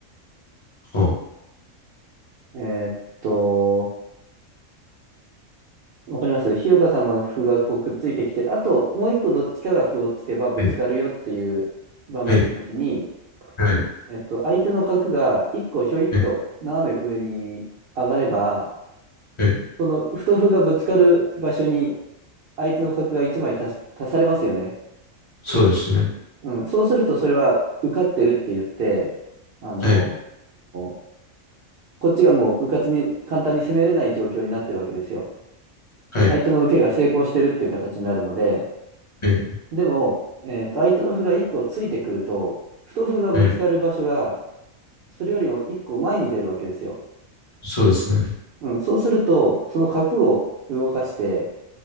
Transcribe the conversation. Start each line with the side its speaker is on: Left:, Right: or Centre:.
Left: は
Right: えーっと、わかります日岡さんの歩がこうくっついてきて、あともう一個どっちかが歩をつけばぶつかるよっていう場面の時に、
Left: はい、はい、はい、
Right: えっと、相手の角が一個ひょいっと斜め上に上がれば、
Left: はい、はい、
Right: その歩と歩がぶつかる場所に相手の角が一枚足す、足されますよね。
Left: そうですね。
Right: うん、そうするとそれは受かってるって言って、あの
Left: はい、
Right: ーこっちがもう迂闊に簡単に攻めれない状況になってるわけですよ。
Left: はい、
Right: 相手の受けが成功してるっていう形になるので、
Left: はい、
Right: でも、えーと、相手の歩が1個ついてくると、太歩がぶつかる場所が、
Left: はい。
Right: それよりも1個前に出るわけですよ。
Left: そうですね。
Right: うん、そうすると、その角を動かして、